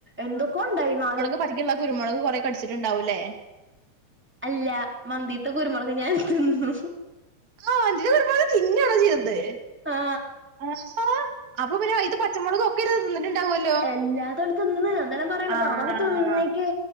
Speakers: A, in the centre; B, on the right (about 65°).
A: എന്തൊക്കെ ഇണ്ടായി നാല്
B: <unintelligible> കുരുമൊളക് കൊറേ കട്ച്ചിട്ടുണ്ടാവൂ ലെ
A: അല്ല മന്ദീത്തെ കുരുമൊളക് ഞാൻ തിന്നു
B: <unintelligible> ഒരുപാട് തിന്നാണോ ചെയ്തെ
A: ആ
B: ആ അപ്പ പിന്നെ അയ്ത്തെ പച്ചമുളക് ഒക്കെ ഇരുന്ന് തിന്നിട്ടുണ്ടാവോല്ലോ
A: അല്ലാതാണ്ട് തിന്ന് അന്നേരം പറയണത്
B: ആഹ്
A: അതാണ്ട് തിന്നേക്ക്